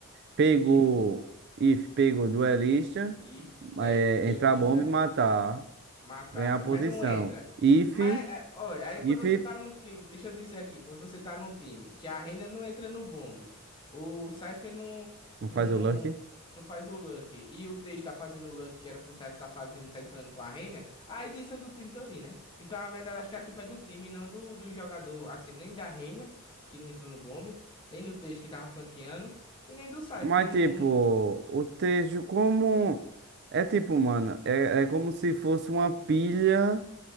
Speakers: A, on the right (about 50°); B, on the left (about 20°).
A: pegou,
B: if,
A: if pegou duelista,
B: if, é,
A: é,
B: duelista.
A: entrar a bomba e matar,
B: Matar,
A: ganhar a posição.
B: mas não entra.
A: If,
B: Mas, é, olha, aí
A: if,
B: quando você tá num time, deixa eu dizer aqui, quando você tá num time que a Reina não entra no bombe, o Cypher não,
A: não
B: não,
A: faz o luck.
B: não faz o Lurker, e o teixe tá fazendo o Lurker que era pro Cypher tá fazendo, tá entrando com a Reina, aí desanda o time todinho, né? Então, na verdade, acho que a culpa é do time, e não do, do jogador, assim, nem da Reina, que não entrou no bombe, nem do teixe que tava flanqueando, e nem do Cypher,
A: Mas
B: que não...
A: tipo,
B: não...
A: o texto como é tipo, mano, é, é como se fosse uma pilha.